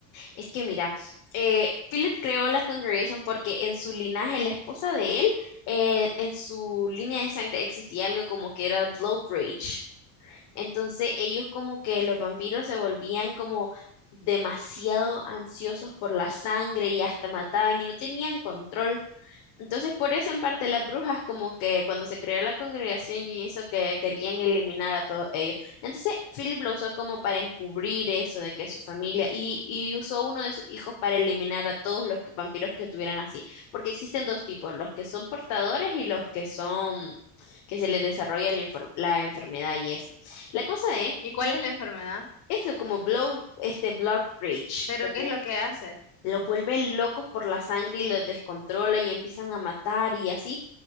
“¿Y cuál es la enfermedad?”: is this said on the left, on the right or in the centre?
Left